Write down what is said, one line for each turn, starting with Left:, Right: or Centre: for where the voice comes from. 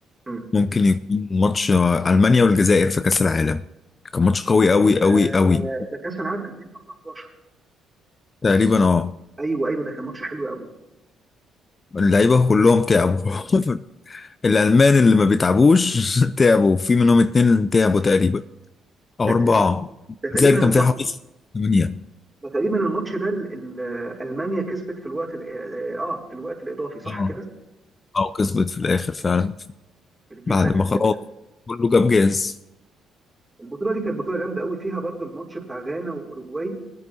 Right: أمم.
Left: ممكن يكون ماتش ألمانيا والجزائر في كأس العالم كان ماتش قوي أوي
Right: ده
Left: أوي أوي
Right: ده كاس العالم 2014
Left: تقريبا اه
Right: ايوه ايوه ده كان ماتش حلو قوي
Left: اللعيبة كلهم تعبوا <laughs> الألمان اللي ما بيتعبوش <laughs> تعبوا في منهم اتنين تعبوا تقريبا أو
Right: ده
Left: أربعة
Right: تقريبا ده تقريبا
Left: لذلك
Right: الم...
Left: كان فيها حوالي ثمانية
Right: ده تقريبا الماتش ده ال- ال- المانيا كسبت في الوقت ال- اه آه، آه، في الوقت الاضافي صح
Left: اه
Right: كده
Left: أو كسبت في الآخر فعلا
Right: الجيل
Left: بعد
Right: ده كان
Left: ما خلاص
Right: جامد قوي
Left: كله جاب جاز
Right: البطوله دي كانت بطوله جامده قوي فيها برضو الماتش بتاع غانا واوروجواي